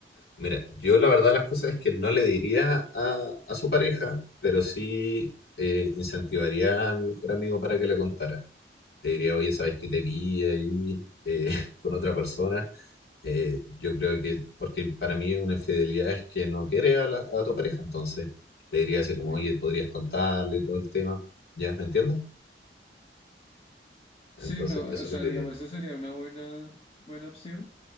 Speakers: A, on the left; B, on the left.
A: Mira, yo la verdad de las cosas es que no le diría a, a su pareja, pero sí eh, incentivaría a mi mejor amigo para que le contara. Le diría, oye, ¿sabes que te vi ahí eh, <laughs> con otra persona? Eh, yo creo que, porque para mí una infidelidad es que no quiere a, la- a tu pareja, entonces le diría así como,
B: Sí,
A: oye, podrías contarle todo el tema, ¿ya? ¿Me entiendes? Entonces,
B: sí, no, o
A: eso
B: sea,
A: es lo que
B: digamos,
A: yo diría.
B: esa sería una buena, buena opción,